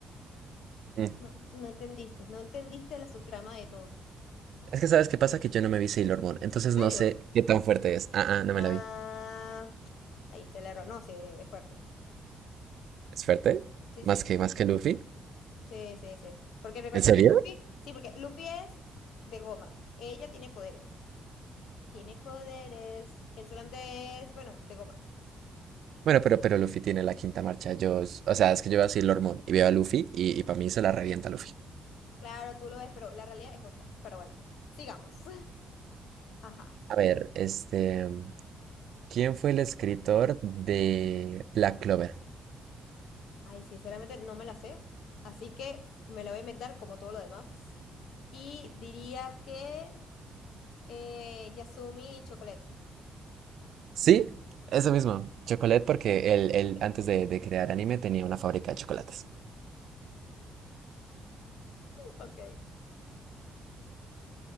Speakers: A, on the right; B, on the left.
A: Mm,
B: No, no entendiste, no entendiste la subtrama de todo.
A: Es que sabes qué pasa que yo no me vi Sailor Moon, entonces
B: ¿En serio?
A: no sé qué tan fuerte es. Ah, ah, no
B: Ah,
A: me la vi.
B: ahí está el error. No, sí, es fuerte.
A: Es fuerte.
B: Sí,
A: Más
B: sí.
A: que, más que Luffy.
B: Sí, sí, sí. Porque recuerda
A: ¿En serio?
B: que Luffy, sí, porque Luffy es de goma. Ella tiene poderes. Tiene poderes. El solamente es, bueno, de goma.
A: Bueno, pero, pero Luffy tiene la quinta marcha. Yo, s- o sea, es que yo veo a Sailor Moon y veo a Luffy y, y para mí se la revienta Luffy.
B: Claro, tú lo ves, pero la realidad es otra. Pero bueno, sigamos. <laughs> Ajá.
A: A ver, este, mm, ¿quién fue el escritor de Black Clover?
B: Ay, sinceramente no me la sé. Así que me la voy a inventar como todo lo demás. Y diría que eh, Yasumi y Chocolate. <laughs>
A: Sí, eso mismo. Chocolate porque él, él antes de, de crear anime tenía una fábrica de chocolates.
B: Ok.